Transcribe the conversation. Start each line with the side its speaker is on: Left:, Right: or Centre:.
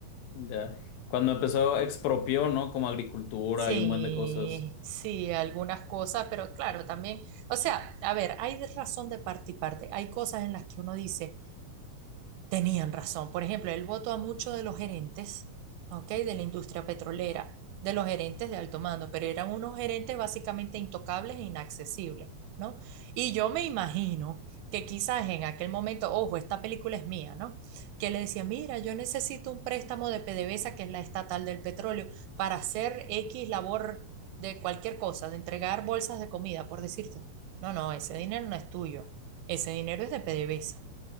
Left: ya. Cuando empezó expropió, ¿no? Como agricultura
Right: Sí,
Left: y un buen de cosas.
Right: sí, algunas cosas, pero claro, también, o sea, a ver, hay de razón de parte y parte. Hay cosas en las que uno dice, Tenían razón. Por ejemplo, él votó a muchos de los gerentes, ¿ok? De la industria petrolera, de los gerentes de alto mando, pero eran unos gerentes básicamente intocables e inaccesibles, ¿no? Y yo me imagino que quizás en aquel momento, ojo, esta película es mía, ¿no? Que le decía, mira, yo necesito un préstamo de PDVSA, que es la estatal del petróleo, para hacer X labor de cualquier cosa, de entregar bolsas de comida, por decirte. No, no, ese dinero no es tuyo. Ese dinero es de PDVSA